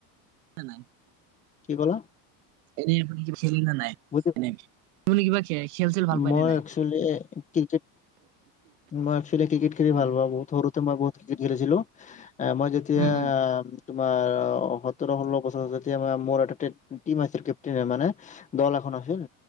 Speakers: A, on the right; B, on the left.
A: <unintelligible> নাই।
B: কি ক'লা
A: এনেই আপুনি কি খেলি ন নাই
B: বুজি-
A: এনে আপুনি কিবা খে- খেল চেল ভাল পায়
B: মই
A: নে নাই
B: একচুৱেলি ক্ৰিকেট মই একচোৱেলি ক্ৰিকেট খেলি
A: উম
B: ভাল পাওঁ বহুত সৰু মই বহুত ক্ৰিকেট খেলিছিলো মই যেতিয়া
A: উম
B: তোমাৰ সোতৰ ষোল্ল বছৰতিয়া ম মোৰ এটা টিম আছিল কেপটেইন মানে দল এখন আছিল